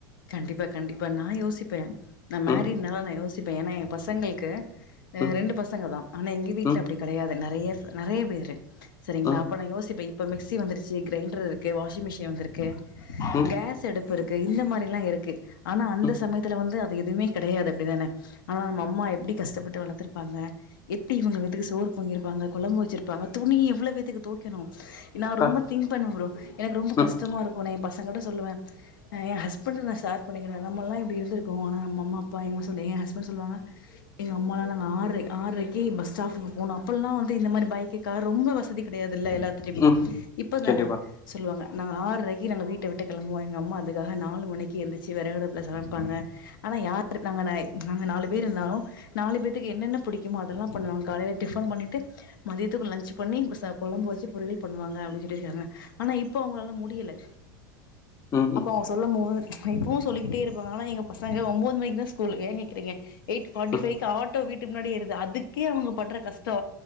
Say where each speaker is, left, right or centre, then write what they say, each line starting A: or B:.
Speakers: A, on the left; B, on the left.
A: கண்டிப்பா கண்டிப்பா நா யோசிப்ப நான் மேரிட்னால
B: ம்
A: நா யோசிப்ப ஏன்னா என் பசங்களுக்கு
B: ம்
A: ரெண்டு பசங்க தா ஆனா எங்க வீட்ல
B: ம்
A: அப்டி கடையாது நெறைய நெறைய பேரு சரிங்களா
B: ம்
A: அப்ப நா யோசிப்ப இப்ப மிக்சி வந்துருச்சு கிரைண்டர் இருக்கு வாஷிங் மிஷின் வந்திருக்கு
B: ம்
A: கேஸ் அடுப்பு இருக்கு இந்த மாரி ல்லா இருக்கு ஆனா அந்த
B: ம்
A: சமயத்துல வந்து அது எதுமே கெடையாது அப்டிதானே அ அம்மா எப்படி கஷ்டப்பட்டு வளத்துருப்பாங்க எப்டி இவங்க வீட்டுக்கு சோறு பொங்கிருப்பாங்க கொழம்பு வச்சிருப்பாங்க துணி எவ்வளவு வேத் தோய்க்கணு நா
B: பா
A: ரொம்ப திங்க் பண்ணுவ ப்ரோ எனக்கு ரொம்ப
B: ம்
A: கஷ்டமா இருக்கு நா எ பசங்கட்ட சொல்லுவ எ ஹஸ்பண்ட நா ஷேர் பண்ணிக்கிற நம்மல்லா இப்படி இருந்துருகோ ஆனா நம் அம்மா அப்பாங்க சொல்லி எ ஹஸ்பண்ட் சொல்லுவாங்க எங்க அம்மாலா நாங்க ஆ ஆரைக்கு பஸ் ஸ்டாப்க்கு போனு அப்பலா வந்து இந்த மாரி பைக்கு கா ரொம்ப வசதி கடையாதுல்ல எல்லாத் துடயுமே
B: ம்
A: இப்ப தான
B: கண்டிப்பா
A: சொல்லுவாங்க நாங்க ஆறுரைக்கு நாங்க வீட்ட விட்டு கிளம்புவோ எங்க அம்மா அதுக்காக நாலு மணிக்கு எந்துச்சு விறகு அடுப்புல சமைப்பாங்க ஆனா யார் இருக்காங்க நாங்க நாலு பேர் இருந்தாலு நாலு பேத்துக்கு என்னென்ன பிடிக்குமோ அதெல்லா பண்ணுவாங்க காலையில டிஃபன் பண்ணிட்டு மதியத்துக்கும் லஞ்சு பண்ணி கொழம்பு வச்சு பொரியல் பண்ணுவாங்க அப்டின்னு சொல்லிருக்காங்க ஆனா இப்போ அவங்களாலா முடியல
B: ம் ம்
A: அப்போ அவங்க சொல்லும் போது இப்பவு சொல்லிக்கிட்டே இருப்பாங்க ஆனா எங்க பசங்க ஒம்போது மணிக்கு தா ஸ்கூல்லே ஏங்க கேக்கிறீங்க எயிட் ஃபாட்டி
B: ம்
A: ஃபவ்கு ஆட் ஆட்டோ வீட்டுக்கு முன்னாடியே வருது அதுக்கே அவங்க பட்ற கஷ்டோ